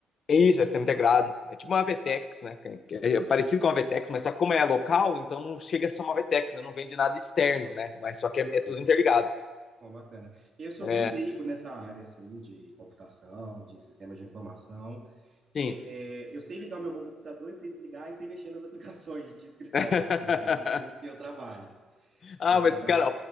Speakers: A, on the left; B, on the right.
A: Isso, é sistema integrado. É tipo
B: Ah,
A: uma VTEX, né? É
B: Bacana,
A: é parecido com uma VTEX, mas só que como é local, então não chega a ser uma VTEX, né? Não vende nada externo, né? Mas só que é,
B: entendi.
A: é tudo interligado.
B: Bom, bacana. Eu sou
A: É,
B: bem leigo nessa área, assim, de computação, de sistemas de informação.
A: sim.
B: É, eu sei ligar o meu computador e sei desligar e sei mexer nas <laughs> aplicações de escritório,
A: <laughs>
B: assim, que é um pouco que eu trabalho.
A: Ah,
B: Eu trabalho...
A: mas, cara,